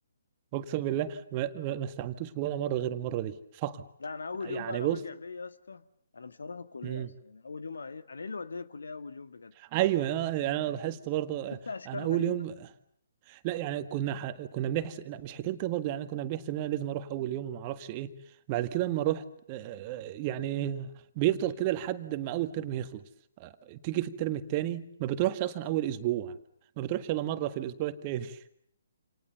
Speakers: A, on the right; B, on the left.
A: اقسم بالله ما, ما ما استعملتوش ولا مره غير المره دي فقط
B: لا انا اول
A: يعني
B: يوم بقى لو
A: بص
B: رجع بيا يا اسطى انا مش هروح الكليه
A: مم.
B: اصلا يعني اول يوم هي- انا ايه اللي وداني الكليه اول يوم بجد
A: ايوه آه، يعني انا لاحظت برضه آه،
B: شفت اشكال
A: انا اول
B: غريبه
A: يوم لا يعني كنا ح... كنا بنحسب لا مش حكايه كده برضه يعني كنا بنحسب ان انا لازم اروح اول يوم وما اعرفش ايه بعد كده اما رحت آه، يعني بيفضل كده لحد ما اول ترم يخلص آه، تيجي في الترم التاني ما بتروحش اصلا اول اسبوع ما بتروحش الا مره في الاسبوع التاني <laughs>